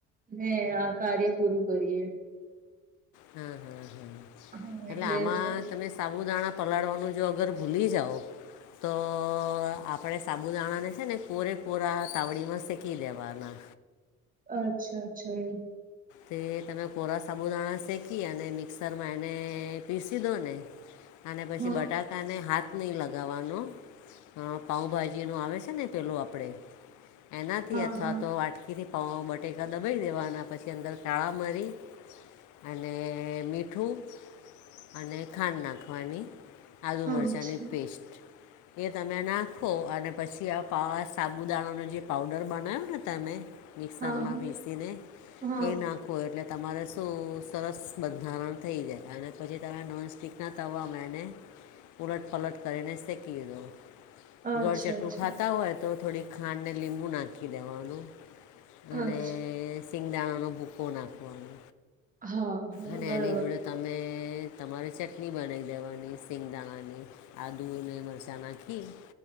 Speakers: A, on the right; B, on the left.
A: ને આ કાર્ય પૂરું કરીએ.
B: હા હા હમ
A: હા
B: એટલે આમાં
A: અચ્છા
B: તમે સાબુદાણા પલાળવાનું જો અગર ભૂલી જાઓ તો આપ આપણે સાબુદાણાને છે ને પુરેપરા તાવડીમાં શેકી દેવાના.
A: અચ્છા અચ્છા એ
B: તે તમે કોરા સાબુદાણા શેકી અને મિક્સરમાં એને પીસી દો ને અને પછી
A: હા
B: બટાકાને હાથ નહીં લગાવવાનો. હા પાઉભાજીનું આવે છે ને પેલું આપણે. એનાથી
A: હા
B: અથવા
A: હા
B: તો વાટકીથી પવા બટેકા દબવી દેવાના પછી પછી અંદર શાળા મરી અને મીઠું અને ખાંડ નાખવાની આદુ
A: હા
B: મરચાંની
A: અચ્છા
B: પેસ્ટ એ તમે નાખો અને પછી આ પા સાબુદાણાનો જે પાવડર બનાવ્યો ને તમે મિક્સરમાં
A: હા
B: પીસી ને
A: હા
B: એ નાખો એટલે તમારે શું સરસ બંધારણ થઈ જાય અને પછી તમે નોનસ્ટિક એના તવા મેને ઉલટ પલટ કરીને સેકી દો.
A: હા
B: ગોળચટ્ટું
A: અચ્છા અચ્છા
B: ખાતા હોય તો થોડીક ખાંડને લીંબુ નાખી દેવાનું. અને
A: અચ્છા
B: સિંગદાણાનો ભૂકો નાખવાનો.
A: હા. હા
B: અને
A: બરાબર
B: એની જોડે તમે તમારે ચટણી બનાવી દેવાની સિંગદાણાની આદુ ને મરચા નાખી